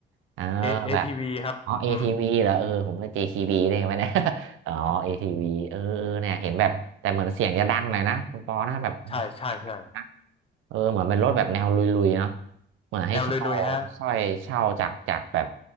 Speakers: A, on the right; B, on the left.
A: เออแบบ
B: เอเอทีวีครับอืม
A: อ๋อเอทีวีเหรอเออผมเป็นเจทีวีได้ไงวะเนี่ย <laughs> อ๋อเอทีวีเออเออเนี่ยเห็นแบบแต่เหมือนเสียงจะดังหน่อยนะคุณปอนะแบบ
B: ใช่ใช่ใช่
A: เสียงดังนะเออเหมือนเป็นรถแบบแนวลุยๆเนาะเหมือนให้เช่า
B: แนวลุยๆฮะ
A: สร้อยเช่าจากจากแบบ